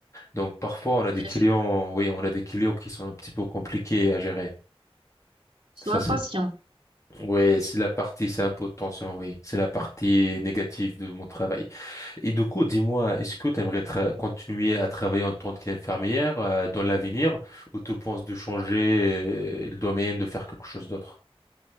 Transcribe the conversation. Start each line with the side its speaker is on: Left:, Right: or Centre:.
Left: Donc parfois on a
Right: bien
Left: des clients,
Right: sûr.
Left: oui, on a des clients qui sont un petit peu compliqués à gérer.
Right: Sois
Left: Ça
Right: impatient.
Left: c'est, ouais, c'est la partie, c'est un peu de tension, oui, c'est la partie négative de mon travail. Et du coup, dis-moi, est-ce que tu aimerais continuer à travailler en tant qu'infirmière euh, dans l'avenir ou tu penses de changer euh, le domaine, de faire quelque chose d'autre?